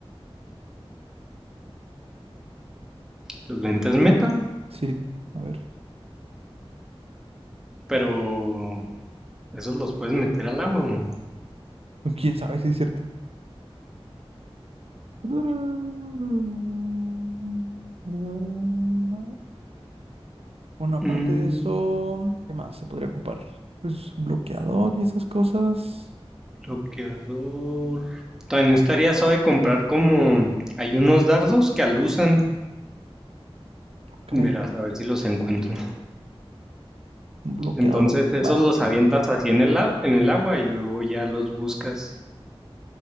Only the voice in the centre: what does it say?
los lentes meta,
pero esos los puedes meter al agua. ¿no?
Mm,
Bloqueador. También estaría suave comprar como hay unos dardos que alusan.
Verás, a ver si los encuentro.
Entonces esos
los avientas así en el, a- en el agua y luego ya los buscas.